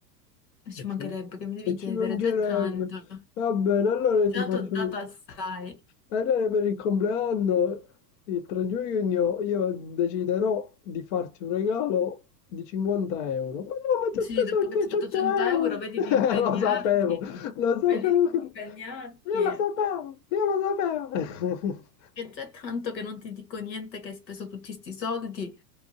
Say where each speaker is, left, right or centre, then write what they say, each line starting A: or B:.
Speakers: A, on the left; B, on the left.
A: Eh, Ci
B: E
A: mancherebbe
B: ci,
A: che mi devi
B: e
A: chiedere,
B: ci mancherebbe.
A: già è tanto.
B: Va bene, allora
A: Già
B: io ti faccio...
A: ti ho dato assai.
B: Allora per il compleanno, il 3 giugno, io deciderò di farti un regalo di 50 euro. Ma no, ma ti
A: Sì,
B: ho speso
A: dopo che
B: 200
A: ti ho dato 100
B: euro!
A: euro, vedi
B: <laughs>
A: di impegnarti.
B: Lo sapevo, lo sapevo,
A: Vedi di
B: che- io
A: impegnarti.
B: lo sapevo, io lo sapevo. <laughs>
A: Che già è tanto che non ti dico niente che hai speso tutti questi soldi,